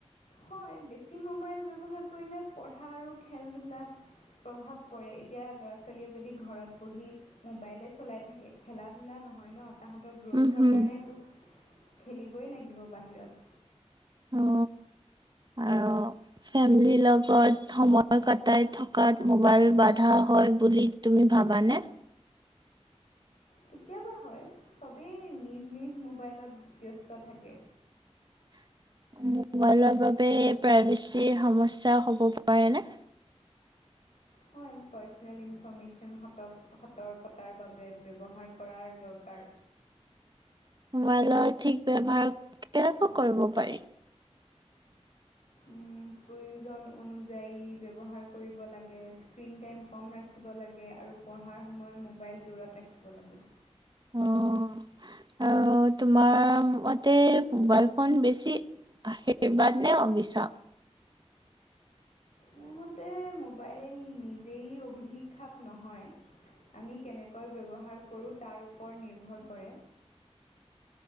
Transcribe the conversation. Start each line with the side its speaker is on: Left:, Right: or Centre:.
Left: হয়, বেছি মোবাইল ব্যৱহাৰ কৰিলে পঢ়া আৰু খেল-ধূলাত প্ৰভাৱ পৰে, এতিয়া ল'ৰা-ছোৱালীয়ে যদি ঘৰত বহি মোবাইলেই চলাই থাকে খেলা-ধূলা নহয় ন', তাহাতৰ গ্ৰ'থৰ
Right: উম হুম
Left: কাৰণেটো খেলিবই লাগিব বাহিৰত।
Right: অ, আৰু ফেমিলি লগত সময় কটাই থকাত মবাইল বাধা হয় বুলি তু মি ভাবানে?
Left: কেতিয়াবা হয় চবেই নিজ নিজ মোবাইলত ব্যস্ত থাকে।
Right: <inaudible> মোবাইলৰ বাবে প্ৰাইভেচিৰ সমস্যা হ'ব পাৰেনে?
Left: হয়, পাৰ্চনেল ইনফৰৰ্মেশ্যন সতক সতৰ্কতাৰ বাবে ব্যৱহাৰ কৰাৰ দৰকাৰ।
Right: মবাইলৰ ঠিক ব্যৱহাৰ কেনেকৈ কৰিব পাৰি?
Left: উম, প্ৰয়োজন অনুযায়ী ব্যৱহাৰ কৰিব লাগে, স্ক্ৰীণ টাইম কম ৰাখিব লাগে আৰু পঢ়াৰ সময় মোবাইল দূৰত ৰাখিব লাগে।
Right: অহ। আৰু তোমাৰ মতে মোবাইল ফোন বেছি আশীৰ্বাদ নে অভিচাপ?
Left: মোৰ মতে মোবাইল নিজেই অভিশাপ নহয় আমি কেনেকৈ ব্যৱহাৰ কৰো তাৰ ওপ ওপৰত নিৰ্ভৰ কৰে।